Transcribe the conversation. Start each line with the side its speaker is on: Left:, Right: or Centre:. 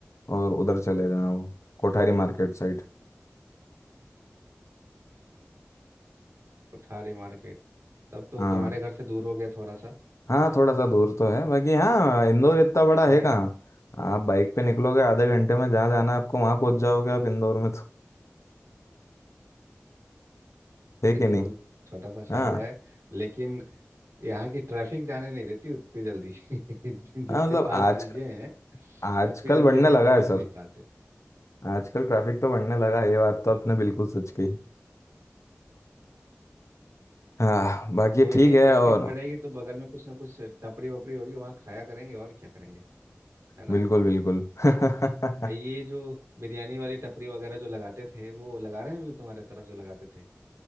Left: और उधर चले गए हैं वो कोठारी मार्केट साइड
Right: कोठारी मार्केट तब तो
Left: हाँ
Right: तुम्हारे घर से दूर हो गया थोड़ा सा
Left: हाँ थोड़ा सा दूर तो है बाकी हाँ इंदौर इतना
Right: अच्छा
Left: बड़ा है कहाँ आप बाइक पे निकलोगे आधे घंटे में जहाँ जाना है आपको वहां पहुंच जाओगे आप इंदौर में तो है
Right: बिल्कुल
Left: कि नहीं
Right: छोटा सा शहर
Left: हाँ
Right: है लेकिन यहाँ की ट्रैफिक जाने नहीं देती उतनी जल्दी <laughs> जितने
Left: हाँ मतलब
Right: पास
Left: आज
Right: चीजें हैं
Left: आजकल
Right: उतनी जल्दी
Left: बढ़ने
Right: अपन
Left: लगा
Right: पहुंच
Left: है सर
Right: नहीं पाते
Left: आजकल ट्रैफिक तो बढ़ने लगा ये
Right: हाँ,
Left: बात तो आपने बिल्कुल सच कही हाँ बाकी
Right: कोई
Left: ठीक
Right: नहीं
Left: है
Right: ट्रैफिक
Left: और
Right: बढ़ेगी तो बगल में कुछ ना कुछ टपरी वपरी होगी वहाँ खाया करेंगे और क्या करेंगे है ना
Left: बिल्कुल बिल्कुल <laughs>
Right: ये जो बिरयानी वाली टपरी वगैरह जो लगाते थे वो लगा रहे हैं अभी तुम्हारे तरफ जो लगाते थे